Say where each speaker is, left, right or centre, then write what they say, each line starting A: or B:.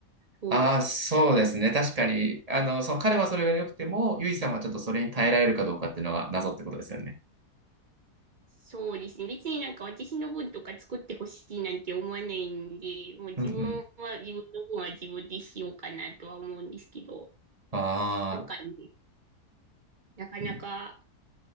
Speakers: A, on the right (about 40°); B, on the right (about 25°).
A: そう。
B: ああ、そうですね。確かに、あの、その彼はそれが良くても、ユイさんはちょっとそれに耐えられるかどうかっていうのが謎ってことですよね。
A: そうですね。別になんか私の分とか作ってほしいなんて思わないんで、もう自分は自分の分は自分でしようかなとは思うんですけど、
B: うんうん。ああ、
A: なんかね、なかなか
B: うん。